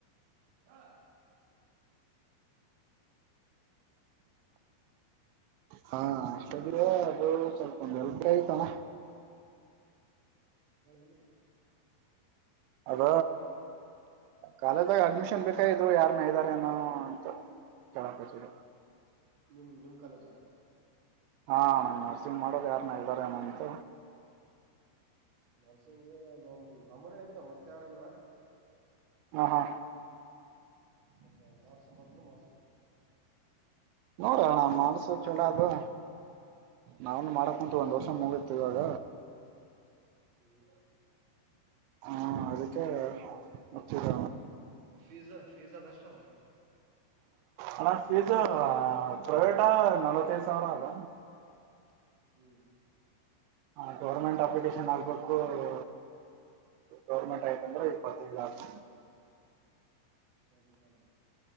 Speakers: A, on the right; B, on the right.
A: ಹಾ.
B: ಹಾ ಅಷ್ಟಲ್ಲೇ ಅದು ಸ್ವಲ್ಪ ಬೆಲ್ಪ ಆಯತಣ.
A: ಹೇಳಳ ದಿನ ಆಯ್ತು.
B: ಅದ. ಕಾಲೇಜಾಗ ಅಡ್ಮಿಷನ್ ಬೇಕಾಯ್ದು ಯಾರ ಮ. ಅಂತ ಚಕ.
A: ನಿಮ್ ನಿಮ್ ಕಾಲಜ.
B: ಹಾ ನಂಗ ನರ್ಸಿಂಗ್ ಮಾಡೋದು ಯಾರನ ಹೇಳ್ದಾರ ನಂತ.
A: ನರಸಿಂಗ್ ನಮ ತಮ್ಮನೇ ಇದದ್ದ ಮತ್ತೆ. ಯಾರಂಗ.
B: ಹಹಾ
A: ಮತ್ತೆ ಮಾಸ ಬಂದ್ರ ಮಾಸ.
B: ನೋಡೋಣ. ಮಾಡಸೋ ಚಲ ಅದು ನಾವನು
A: ಹ್ಮ್
B: ಮಾಡಕಂತ ಒಂದ್ ವರ್ಷ ಮುಗತ ಇವಾಗ.
A: ಹ್ಮ್.
B: ಹ್ಮ ಅದಕ್ಕೆ ಮತ್ತಿದ.
A: ಫಿಜಾ ಫಜ್ಜ ದಷ್ಟ.
B: ಅಣ ಫೀಸ್ ಪ್ರೈವೇಟ್ ನಲವತ್ತೈಐದು ಸಾವಿರ ಅಲ್ಲ.
A: ಹ್ಮ್.
B: ಹ ಗೌರ್ಮೆಂಟ್ ಅಪ್ಲಿಕೇಶನ್ ಆಗ್ಬೇಕು ಅದು. ಗೌರ್ಮೆಂಟ್ ಆಯ್ತಂದ್ರೆ ಇಪ್ಪತ್ತೈದು್ ಲಾಕ್ಷ.
A: ಗಗಊಟ ಮಾಡ.